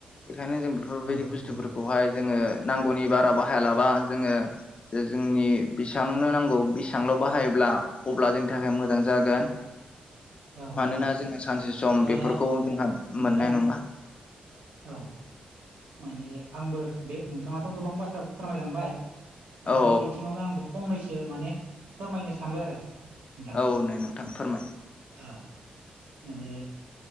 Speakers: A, on the left; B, on the right.
A: बेखायनो जों बेफोरबायदि
B: नंगौ
A: बुस्थुफोरखौहाय
B: नंगौ
A: जोङो नांगौनि बारा बाहायालाबा जोङो जे जोंनि बेसेबांनो नांगौ बेसेबांल' बाहायोब्ला अब्ला जोंनि थाखाय मोजां जागोन
B: <inaudible>
A: मानोना
B: औ
A: जोंङो सानसे सम
B: दा
A: बेफोरखौ जोंहा मोननाय
B: नोंथां
A: नङा।
B: औ माने आंबो बे नोंथाङाथ' गोबां बाथ्रा फोरमायलांबाय दा
A: औ
B: बे बिथिङावनो आंबो फंनैसो माने फोरमायनो सानबाय आरो। नोंथां
A: औ नै नोंथां फोरमाय।
B: औ माने